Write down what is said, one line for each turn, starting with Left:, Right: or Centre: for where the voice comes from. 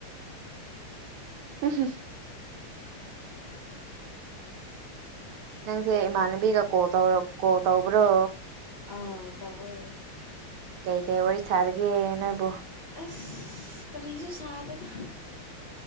Right: ꯎꯝ <unintelligible> ꯅꯪꯁꯦ ꯏꯃꯥꯟꯅꯕꯤꯒꯥ ꯀꯣꯜ ꯇꯧꯔ ꯀꯣꯜ ꯇꯧꯕ꯭ꯔꯣ
Left: ꯑꯥ ꯇꯧꯋꯦ
Right: ꯀꯩ ꯀꯩ ꯋꯥꯔꯤ ꯁꯥꯔꯒꯦ ꯅꯣꯏꯕꯣ
Left: ꯑꯁ ꯀꯔꯤꯁꯨ ꯁꯥꯗꯦꯗ